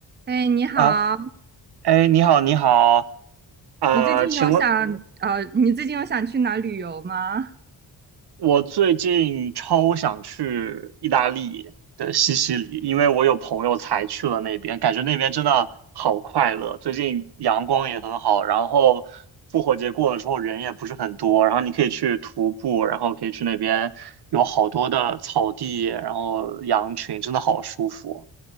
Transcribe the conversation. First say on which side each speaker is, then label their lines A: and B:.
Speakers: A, on the right; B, on the right.
A: 哎，你好，
B: 啊，哎，你好，你好，呃，
A: 你最近有想呃，
B: 请问
A: 你最近有想去哪旅游吗？
B: 我最近超想去意大利的西西里，因为我有朋友才去了那边，感觉那边真的好快乐。最近阳光也很好，然后复活节过了之后人也不是很多，然后你可以去徒步，然后可以去那边有好多的草地，然后羊群，真的好舒服。